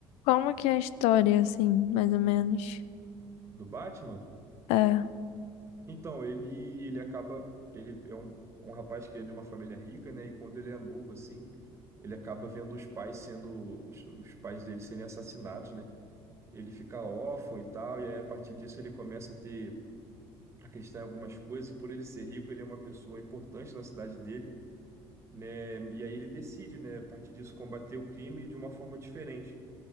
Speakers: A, on the left; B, on the right.
A: Como que é a história, assim, mais ou menos?
B: Do Batman?
A: É, hum,
B: Então, ele ele acaba. Ele é um, um rapaz que é de uma família rica, né? E quando ele é novo, assim, ele acaba vendo os pais sendo. Os, os pais dele serem assassinados, né? Ele fica órfão e tal, e aí a partir disso ele começa a ter a questão em algumas coisas, e por ele ser rico, ele é uma pessoa importante na cidade dele, né? E aí ele decide, né, a partir disso, combater o crime de uma forma diferente,